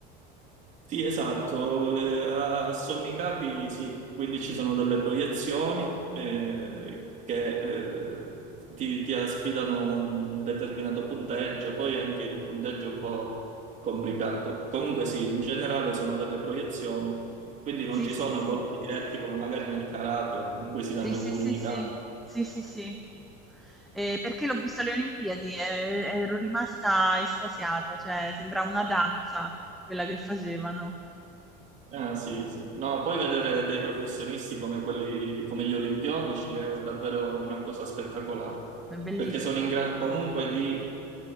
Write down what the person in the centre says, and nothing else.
Sì,
sì,
sì.
Sì, sì,
sì, sì.
Sì, sì, sì. Ehm, perché l'ho visto alle Olimpiadi e ero rimasta estasiata, cioè sembrava una danza quella che facevano.
È bellissimo,